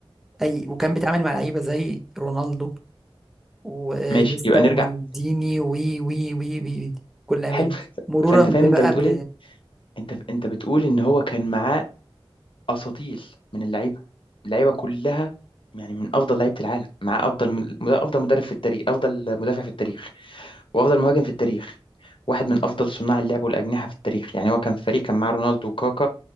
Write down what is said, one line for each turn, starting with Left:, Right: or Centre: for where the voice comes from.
Centre: أي وكان بيتعامل مع لعيبة زي رونالدو ونيستا
Left: ماشي يبقى
Centre: ومالديني
Left: نرجع
Centre: وي وي وي وي كل اللعيبة
Left: حلو
Centre: دي مرورا
Left: فانت
Centre: ببقى
Left: فاهم انت بتقول
Centre: ب
Left: ايه انت انت بتقول ان هو كان معاه اساطيل من اللعيبه اللعيبه كلها يعني من افضل لعيبه العالم معاه افضل مد- افضل مدرب في التاريخ افضل مدافع في التاريخ وافضل مهاجم في التاريخ واحد من افضل صناع اللعب والاجنحه في التاريخ يعني هو كان فريق كان معاه رونالدو وكاكا